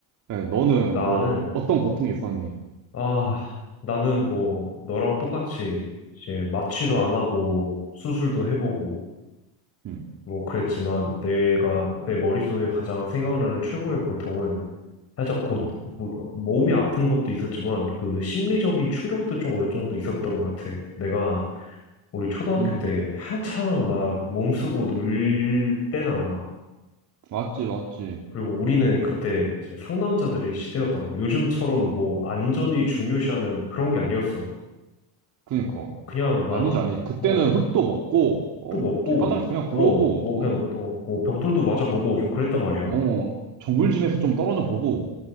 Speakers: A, on the right; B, on the left.
A: 네, 너는
B: 나는,
A: 뭐 어떤 고통이 있었니?
B: 아, 나는 뭐, 너랑 똑같이, 이제, 마취도 안 하고, 수술도 해보고,
A: 응,
B: 뭐, 그랬지만, 내가, 내 머릿속에 가장 생각나는 최고의 고통은, 살짝 곧
A: 응,
B: 뭐- 몸이 아픈 것도 있었지만 그 심리적인 충격도 좀 어느 정도 있었던 것 같아. 내가 우리 초등학교
A: 응,
B: 때 한창 막
A: 응.
B: 몸쓰고 놀 때잖아.
A: 맞지, 맞지.
B: 그리고 우리는 그때 이제 상남자들의 시대였다고. 요즘처럼 뭐 안전이 중요시하는 그런 게 아니었어.
A: 그니까
B: 그냥 막,
A: 아니지, 아니지. 그때는
B: 어,
A: 흙도 먹고, 어
B: 또 먹고,
A: 길바닥에서 그냥 구르고,
B: 어, 뭐 그냥
A: 어,
B: 뭐 또, 뭐 벽돌도 맞아보고 좀 그랬단 말이야.
A: 어 정글짐에서 좀 떨어져 보고,